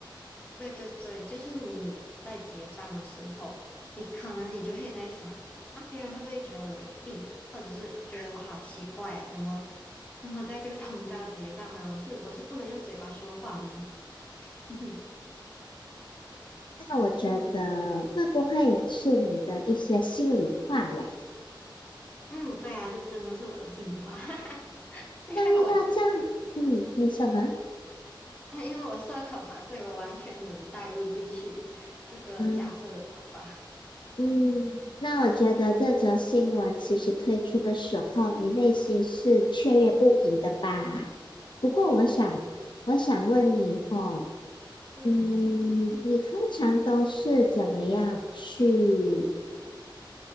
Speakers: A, on the left; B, on the left.
A: 对对对，就是你在结账的时候，你可能你就会在想啊，别人会不会觉得我有病啊，或者是觉得我好奇怪啊，怎么怎么在这个通道结账呢？我是我是不能用嘴巴说话吗？<laughs>
B: 那我觉得会不会也是你的一些心里话呀？
A: 嗯嗯，对啊，这真的是我的心里话，<laughs> 因为我
B: 那遇到这样，嗯，你什么？
A: 啊因为我社恐嘛，所以我完全能带入进去这个假设的想法。
B: 嗯。嗯，那我觉得这则新闻其实推出的时候，你内心是雀跃不已的吧？不过我想，我想问你哦，
A: <laughs> 嗯嗯
B: 嗯，你通常都是怎么样去？